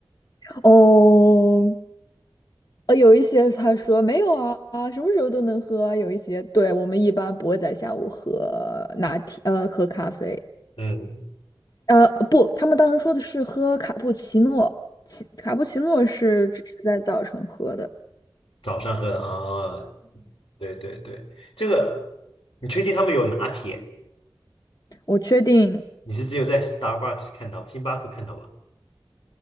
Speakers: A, on the left (about 45°); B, on the left (about 85°).
A: 哦，呃，有一些他说没有啊，啊，什么时候都能喝啊有一些，对，我们一般不会在下午喝拿铁，呃，喝咖啡。
B: 嗯，
A: 呃，不，他们当时说的是喝卡布奇诺，奇卡布奇诺是只是在早晨喝的。
B: 早上喝的啊，哦对对对，这个你确定他们有拿铁？
A: 我确定。
B: 你是只有在 Starbucks 看到，星巴克看到吧？